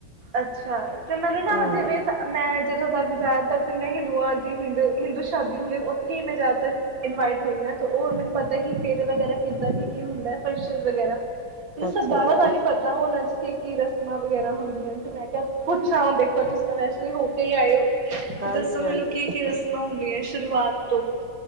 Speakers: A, on the right (about 70°); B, on the right (about 35°).
A: ਅੱਛਾ, ਤੇ ਮੈਨੂੰ ਨਾ
B: ਹਾਂ
A: ਜਿਵੇਂ ਮੈਂ ਜਦੋਂ ਤ ਜਿਆਦਾ ਤੱਕ ਮੈਂ ਹਿੰਦੂਆਂ ਜ ਹਿੰਦੂ, ਹਿੰਦੂ ਸ਼ਾਦੀ ਹੁੰਦੇ ਉੱਥੇ ਹੀ ਮੈਂ ਜਿਆਦਾ ਤੱਕ ਇਨਵਾਈਟ ਹੋਈ ਹਾਂ, ਉਹ ਮੈਨੂੰ ਪਤਾ ਕਿ ਫੇਰ ਵਗੈਰਾ ਕਿੱਦਾਂ ਕੀ-ਕੀ ਹੁੰਦਾ। ਫਿਸ਼ੀਸ <inaudible> ਵਗੈਰਾ। ਮੈਨੂੰ
B: ਅੱਛਾ
A: ਸਰਦਾਰਾਂ
B: ਜੀ
A: ਦਾ ਨਹੀ ਪਤਾ, ਔਨਾ ਚ ਕੀ ਕੀ ਰਸਮਾਂ ਵਗੈਰਾ ਹੁੰਦੀਆਂ ਨੇ, ਤੇ ਮੈਂ ਕਿਹਾ ਪੁੱਛਾਂ ਹੁਣ ਦੇਖੋ ਤੁਸੀਂ ਤਾਂ ਵੈਸੇ ਵੀ ਹੋ ਕੇ ਹੀ ਆਏ ਹੋ।
B: ਹਾਂਜੀ
A: ਤੇ ਦੱਸੋ
B: ਹਾਂਜੀ
A: ਮੈਨੂੰ ਕੀ- ਕੀ ਰਸਮਾਂ ਹੁੰਦੀਆਂ ਸ਼ੁਰੂਆਤ, ਤੋ,